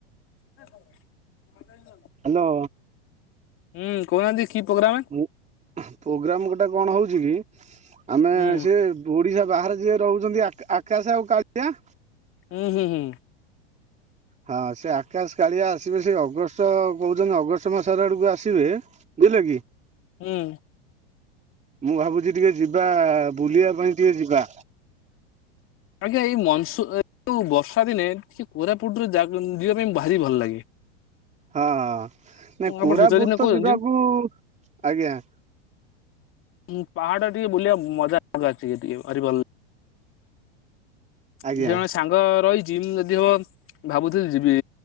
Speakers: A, on the left (about 40°); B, on the right (about 20°).
A: ହ ହଉ। ରହିଯାଆ <unintelligible>
B: ହ୍ୟାଲୋ।
A: ହୁଁ କହୁନାହାନ୍ତି କି ପ୍ରୋଗ୍ରାମେ?
B: ଉଁ। ପ୍ରୋଗ୍ରାମ୍ ଗୋଟା କଣ ହଉଚି କି? ଆମେ
A: ହୁଁ
B: ସେ ଓଡିଶା ବାହାରେ ଯିଏ ରହୁଚନ୍ତି ଆ-ଆକାଶ ଆଉ କାଳିଆ
A: ହୁଁ- ହୁଁ -ହୁଁ।
B: ହଁ ସେ ଆକାଶ, କାଳିଆ ଆସିବେ ସେଇ ଅଗଷ୍ଟ ତ କହୁଚନ୍ତି ଅଗଷ୍ଟ ମାସରେ ଆଡକୁ ଆସିବେ। ବୁଝିଲେ କି?
A: ହୁଁ
B: ମୁଁ ଭାବୁଚି ଟିକେ ଯିବା ବୁଲିବା ପାଇଁ ଟିକେ ଯିବା।
A: ଆଜ୍ଞା ଏଇ ମନସୁନ୍ ଉ ବର୍ଷା ଦିନେ ଟିକେ କୋରାପୁଟରେ ଯା ଉମ ଯିବା ପାଇଁ ଭାରି ଭଲ ଲାଗେ।
B: ହଁ ହଁ। ନାଇ
A: ଆପଣ
B: କୋରାପୁଟ
A: ଶୀତ ଦିନେ
B: ତ
A: କହୁଛନ୍ତି
B: ଯିବାକୁ, ଆଜ୍ଞା।
A: ଉ ପାହାଡ ଟିକେ ବୁଲିବା ମଜା <unintelligible> ଟିକେ ଭାରି ଭଲ
B: ଆଜ୍ଞା
A: ସେ ଜଣେ ସାଙ୍ଗ ରହିଚି ଉମ ଯଦି ହବ ଭାବୁଥିଲି ଯିବି